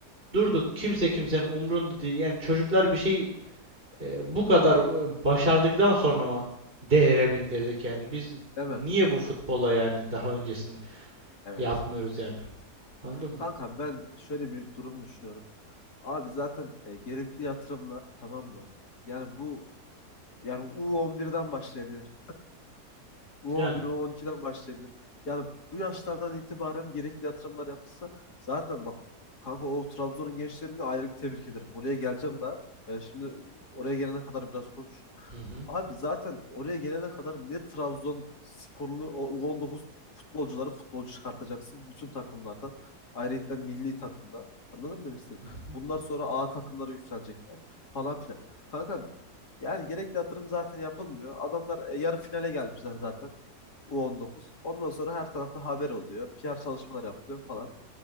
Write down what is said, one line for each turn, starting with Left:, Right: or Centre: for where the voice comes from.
Left: Hı
Right: Durduk
Left: hı.
Right: kimse kimsenin umrunda değil. Yani çocuklar bir şey eee, bu kadar eee, başardıktan sonra mı değere bindirdik yani. Biz
Left: Değil
Right: niye
Left: mi?
Right: bu futbola yani daha öncesinde
Left: Evet.
Right: yapmıyoruz yani. Anladın mı?
Left: Kankam ben şöyle bir durum düşünüyorum. Abi zaten e, gerekli yatırımlar tamam mı? Yani bu yani U11'den başlayabilir. U11,
Right: Yani.
Left: U12'den başlayabilir. Yani bu yaşlardan itibaren gerekli yatırımlar yapılsa zaten bak kanka o Trabzon'un gençlerini ayrı bir tebrik ederim. Oraya geleceğim daha. E, şimdi oraya gelene kadar biraz konuşuyorum.
Right: Hı hı.
Left: Abi zaten oraya gelene kadar ne Trabzonsporlu o 19 futbolcuları futbolcu çıkartacaksın bütün takımlardan. Ayrıca milli takımda. Anladın mı demek istedim?
Right: Hı hı.
Left: Bunlar sonra A takımlara yükselecekler falan filan. Kanka yani gerekli yatırım zaten yapılmıyor. Adamlar e, yarı finale gelmişler zaten U19. Ondan sonra her tarafta haber oluyor. PR çalışmalar yapılıyor falan.